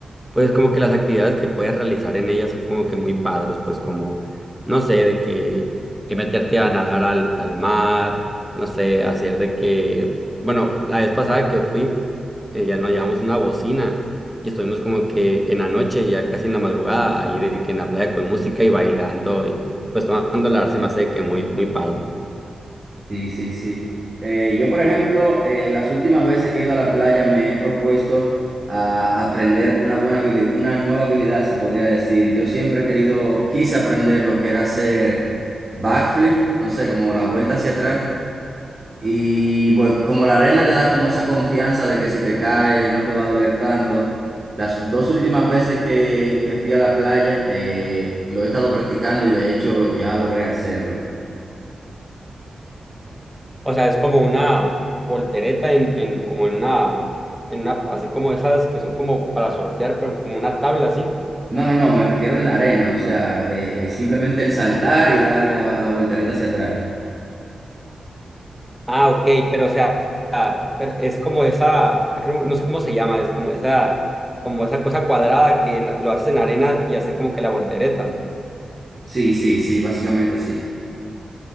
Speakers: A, in the centre; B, on the right (about 25°).
A: pues como que las actividades que puedes realizar en ellas son como que muy padres, pues como, no sé, de que, que meterte a nadar al, al mar, no sé, hacer de que, bueno, la vez pasada que fui, eh, ya nos llevamos una bocina y estuvimos como que en la noche, ya casi en la madrugada, ahí de que en la playa con música y bailando y, y pues tomando la se me hace que muy, muy padre.
B: Sí, sí, sí. Eh, yo, por ejemplo, eh, las últimas veces que he ido a la playa me he propuesto a aprender una buena habili- una nueva habilidad, se podría decir. Yo siempre he querido, quise aprender lo que era hacer backflip, no sé, como la vuelta hacia atrás. Y bueno, como la arena te da como esa confianza de que si te cae no te va a doler tanto. Las dos últimas veces que, que fui a la playa eh, lo he estado practicando y de hecho ya logré hacerlo.
A: O sea, es como una voltereta en, en como en una, en una, así como esas que son como para surfear, pero como una tabla así.
B: No, no, no, me refiero en la arena, o sea, eh, eh, simplemente el saltar y dar la, la voltereta hacia atrás.
A: Ah, ok, pero o sea, ah, pero es como esa, creo- no sé cómo se llama, es como esa, como esa cosa cuadrada que la- lo haces en arena y hacer como que la voltereta.
B: Sí, sí, sí, básicamente sí.